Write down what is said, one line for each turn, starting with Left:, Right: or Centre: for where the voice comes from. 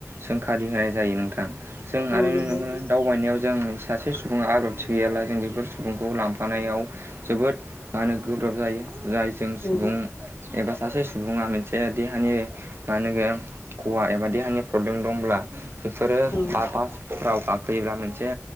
Right: सोंखारि होनाय जायो नोंथां।
Left: औ
Right: नुनो
Left: नंगौ
Right: मोनो दावबायनायाव जों सासे सुबुङा आथि गैयाब्ला जों बेफोर सुबुंखौ लांफानायाव जोबोद मा होनो गोब्राब जायो जाय जों सुबुं
Left: औ
Right: एबा सासे सुबुङा मोनसे देहानि मा होनगोन हवा एबा देहानि प्रब्लेम दंब्ला बेफोरो
Left: औ
Right: बा राव गाखयोबब्ला मोनसे